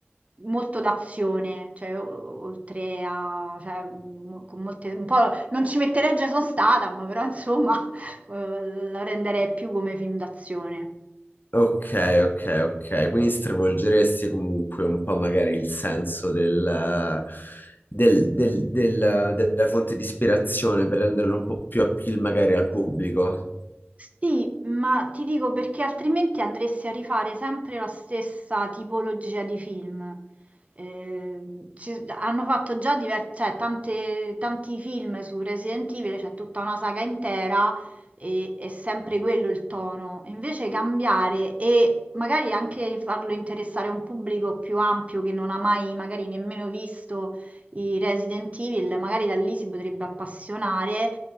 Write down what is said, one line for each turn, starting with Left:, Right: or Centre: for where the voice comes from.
Right: molto d'azione, cioè o- oltre a, cioè, mo- con molte, un po', non ci metterei Jason Statham, però insomma <laughs> eh, la renderei più come film d'azione.
Left: Ok, ok, ok. Quindi stravolgeresti comunque un po' magari il senso del, del- del- del- della fonte di ispirazione per renderlo un po' più appeal magari al pubblico.
Right: Sì, ma ti dico perché altrimenti andresti a rifare sempre la stessa tipologia di film. Eh, ci- hanno fatto già diver- cioè, tante- tanti film su Resident Evil, c'è tutta una saga intera e è sempre quello il tono. Invece cambiare e magari anche farlo interessare a un pubblico più ampio che non ha mai magari nemmeno visto i Resident Evil, magari da lì si potrebbe appassionare